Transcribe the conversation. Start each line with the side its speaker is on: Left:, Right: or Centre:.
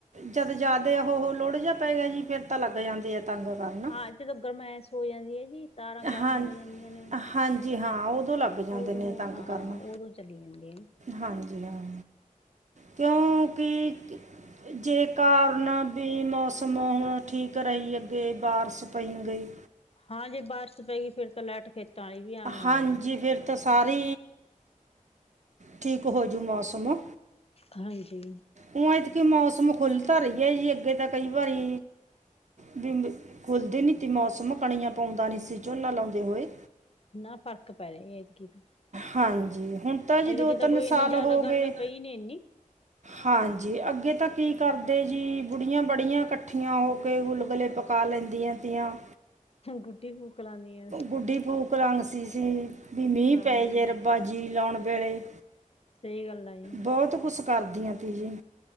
Right: ਜਦ ਜਾਅਦੇ ਉਹ ਓਹ ਲੋੜ ਜਿਆ ਪੈ ਗਿਆ ਜੀ ਫੇਰ ਤਾਂ ਲੱਗ ਜਾਂਦੀ ਐ ਤੰਗ ਕਰਨ।
Left: ਹਾਂ ਜਦੋਂ ਗਰਮੈਸ਼ ਹੋ ਜਾਂਦੀ ਐ ਜੀ, ਤਾਰਾਂ ਗਰਮ
Right: ਹਾਂ
Left: ਹੋ ਜਾਂਦੀਆਂ ਨੇ।
Right: ਹਾਂਜੀ ਹਾਂ ਉਦੋਂ ਲੱਗ- ਜਾਂਦੇ
Left: ਓਦੋਂ
Right: ਨੇ ਤੰਗ
Left: ਹਾਂ
Right: ਕਰਨ
Left: ਓਦੋਂ ਚਲੀ ਜਾਂਦੀ ਆ ਜੀ।
Right: ਹਾਂਜੀ ਹਾਂ, ਕਿਉਂਕਿ ਜੇ ਕਾਰਨ ਵੀ ਮੌਸਮ ਹੁਣ ਠੀਕ ਰਹੀ ਅੱਗੇ ਬਾਰਿਸ਼ ਪਈ ਗਈ।
Left: ਹਾਂ ਜੇ ਬਾਰਿਸ਼ ਪੈ ਗਈ ਫੇਰ ਤਾਂ ਲੈਟ ਖੇਤਾਂ ਆਲੀ ਵੀ ਆਮ ਹੋ
Right: ਹਾਂਜੀ
Left: ਜਾਣੀ।
Right: ਫਿਰ ਤਾਂ ਸਾਰੀ, ਠੀਕ ਹੋਜੂ ਮੌਸਮ।
Left: ਹਾਂਜੀ।
Right: ਓਂ ਇਥਕੀ ਮੌਸਮ ਖੁੱਲਤਾ ਰਈ ਏ ਜੀ ਅੱਗੇ ਤਾਂ ਕਈ ਵਾਰੀ ਬਿੰਬ ਖੁੱਲਦੀ ਨੀਂ ਥੀ ਮੌਸਮ, ਕਣੀਆਂ ਪਾਉਂਦਾ ਨਈਂ ਸੀ ਝੋਨਾ ਲਾਉਂਦੇ ਹੋਏ।
Left: ਨਾ ਫਰਕ ਪੈ ਰੇ ਐਤਕੀਂ ਤਾਂ।
Right: ਹਾਂਜੀ, ਹੁਣ ਤਾਂ ਜੀ
Left: ਐਤਕੀ
Right: ਦੋ-ਤਿੰਨ
Left: ਕੋਈ ਇੰਨੀ
Right: ਸਾਲ
Left: ਜ਼ਿਆਦਾ
Right: ਹੋ
Left: ਗਰਮੀ
Right: ਗੇ
Left: ਪਈ ਨੀ ਇੰਨੀ
Right: ਹਾਂਜੀ, ਅੱਗੇ ਤਾਂ ਕੀ ਕਰਦੇ ਜੀ ਬੁੜੀਆਂ-ਬੜੀਆਂ ਕੱਠੀਆਂ ਹੋ ਕੇ ਗੁਲ-ਗੁਲੇ ਪਕ ਪਕਾ ਲੈਂਦੀਆਂ ਤੀਆਂ।
Left: ਗੁੱਡੀ ਫੂਕ ਲਾਣੀ ਏਂ।
Right: ਗੁੱਡੀ ਫੂਕ ਰੰਗ ਸੀ ਸੀ, ਵੀ ਮੀਂਅ
Left: ਹਾਂ
Right: ਪੈ ਜੇ ਰੱਬਾ ਜੀ ਲਾਉਣ ਵੇਲੇ
Left: ਸਹੀ ਗੱਲ ਆ ਜੀ
Right: ਬਹੁਤ ਕੁਛ ਕਰਦੀਆਂ ਸੀਗੀਆਂ